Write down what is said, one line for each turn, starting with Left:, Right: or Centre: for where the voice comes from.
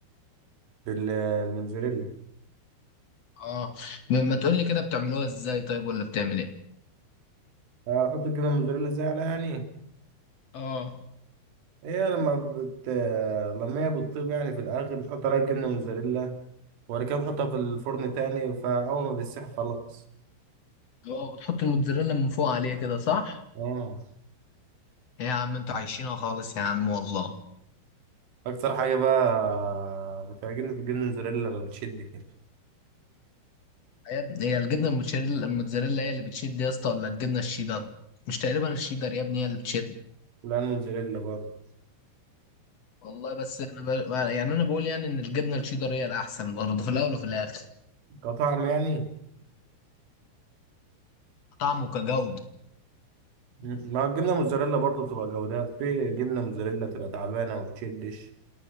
Right: بالموزاريلا
Left: اه ما ما تقولي كده بتعملوها ازاي طيب ولا بتعمل ايه
Right: هتحط الجبنة الموزاريلا ازاي عليها يعني
Left: اه
Right: هي لما بت لما هي بتطيب يعني في الآخر بتحط عليها الجبنة موزاريلا وبعد كده بتحطها في الفرن تاني فأول ما بتسيح خلاص
Left: اه بتحط الموتزاريلا من فوق عليها كده صح
Right: اه
Left: إيه يا عم انتوا عايشينها خالص يا عم والله
Right: أكتر حاجة بقى بتعجبني في الجبنة الموزاريلا لما بتشد كده
Left: يا ابني هي الجبنه الموتشاريلا الموتزاريلا هي اللي بتشد يا اسطى ولا الجبنه الشيدر مش تقريبا الشيدر يا ابني هي اللي بتشد
Right: لا الموزاريلا برضه
Left: والله بس انا ب... يعني انا بقول يعني ان الجبنه الشيدر هي الاحسن برضه في الاول وفي الاخر
Right: كطعم يعني
Left: طعم وكجودة
Right: ما هو الجبنة الموزاريلا برضه بتبقى جودات في جبنة موزاريلا بتبقى تعبانة وما بتشدش